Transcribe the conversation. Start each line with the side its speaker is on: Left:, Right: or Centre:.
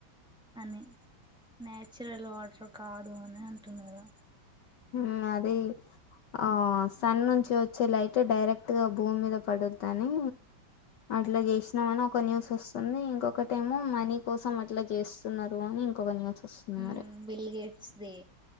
Centre: అని నాచ్రల్ వాటర్ కాదో అని అంటున్నరు.
Left: హ్మ్ అది ఆ సన్ నుంచి వచ్చే లైట్ డైరెక్ట్ గా భూమి మీద పడొద్దని అట్లా చేసినం అని ఒక న్యూస్ వస్తుంది ఇంకొకటెమో మనీ కోసం అట్లా చేస్తున్నరు అని ఇంకోక న్యూస్ వస్తుంది మరి
Centre: హ్మ్ బిల్ గేట్స్ ది